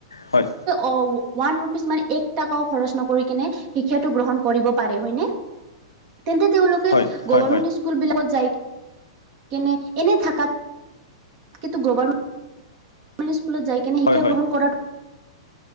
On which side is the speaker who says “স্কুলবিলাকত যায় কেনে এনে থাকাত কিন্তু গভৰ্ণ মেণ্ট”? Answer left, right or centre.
Right